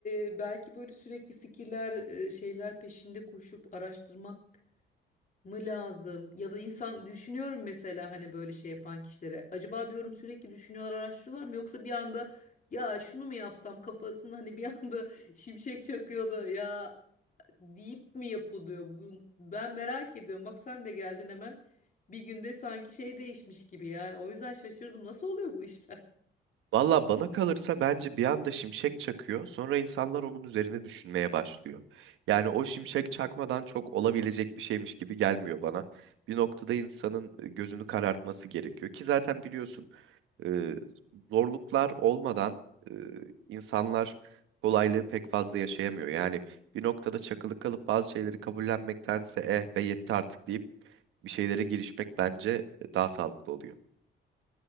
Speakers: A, on the left (about 40°); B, on the right (about 80°).
A: e, belki böyle sürekli fikirler, e, şeyler peşinde koşup araştırmak mı lazım? Ya da insan düşünüyorum mesela hani böyle şey yapan kişilere. Acaba diyorum sürekli düşünüyorlar, araştırıyorlar mı? Yoksa bir anda ya şunu mu yapsam kafasında hani bir anda <laughs> şimşek çakıyordu ya deyip mi yapılıyor? Bu, ben merak ediyorum. Bak sen de geldin hemen. Bir günde sanki şey değişmiş gibi yani. O yüzden şaşırdım. Nasıl oluyor bu işler?
B: Valla bana kalırsa bence bir anda şimşek çakıyor. Sonra insanlar onun üzerine düşünmeye başlıyor. Yani o şimşek çakmadan çok olabilecek bir şeymiş gibi gelmiyor bana. Bir noktada insanın e, gözünü karartması gerekiyor ki zaten biliyorsun e, zorluklar olmadan e, insanlar kolaylığı pek fazla yaşayamıyor. Yani bir noktada çakılı kalıp bazı şeyleri kabullenmektense eh be yetti artık deyip bir şeylere girişmek bence e, daha sağlıklı oluyor.